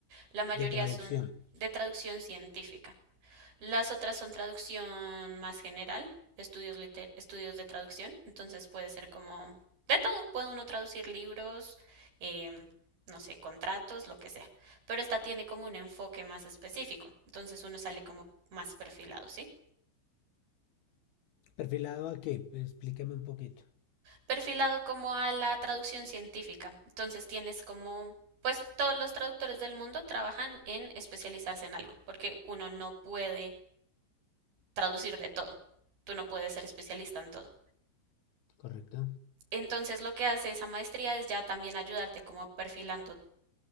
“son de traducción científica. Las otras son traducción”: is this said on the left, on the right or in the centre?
Right